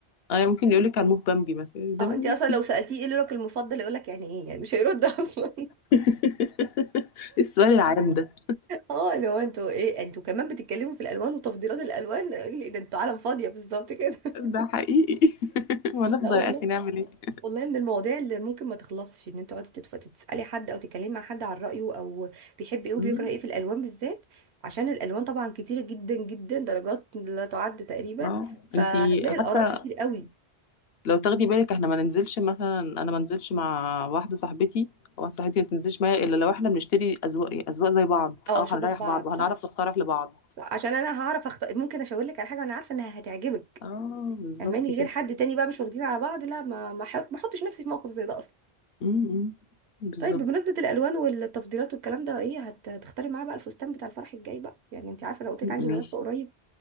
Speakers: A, on the left; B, on the right.
A: اه ممكن يقول لك على الموف بامبي مثلا يقولك
B: اه
A: ده بامبي
B: انت اصلا لو سالتيه ايه لونك المفضل يقول لك يعني ايه يعني مش هيرد <laughs> اصلا
A: <laughs> السؤال العام ده
B: اه لو انتوا ايه انتوا كمان بتتكلموا في الالوان وتفضيلات الالوان ده انتوا عالم فاضيه بالظبط كده <laughs>
A: ده حقيقي <laughs> ونفضل
B: لا والله
A: يا اخي نعمل ايه
B: والله من المواضيع اللي ممكن ما تخلصش ان انت تقعدي تتف- تسالي حد او تتكلمي مع حد عن رايه او بيحب ايه وبيكره
A: أمم،
B: ايه في الالوان بالذات عشان الالوان طبعا كتيره جدا جدا درجات لا تعد تقريبا
A: اه
B: فهتلاقي
A: انتي
B: الاراء
A: حتى
B: كتير قوي
A: لو تاخدي بالك احنا ما ننزلش مثلا انا ما انزلش مع واحده صاحبتي او واحده صاحبتي ما تنزلش معايا الا لو احنا بنشتري اذواق اذواق زي بعض
B: اه
A: اه
B: شبه
A: هنريح
B: بعض
A: بعض وهنعرف
B: صح
A: نقترح لبعض
B: صح. عشان انا هعرف اختار ممكن اشاور لك على حاجه انا عارفه انها هتعجبك
A: اه بالظبط
B: فهماني
A: كده
B: غير حد تاني بقى مش واخدين على بعض لا ما ما حط ما احطش نفسي في موقف زي ده اصلا
A: امم بالظبط
B: طيب بمناسبه الالوان والتفضيلات والكلام ده ايه هت- هتختاري معاه بقى الفستان بتاع الفرح الجاي بقى يعني انت عارفه لو قلت لك
A: ماشي
B: عندي مناسبه قريب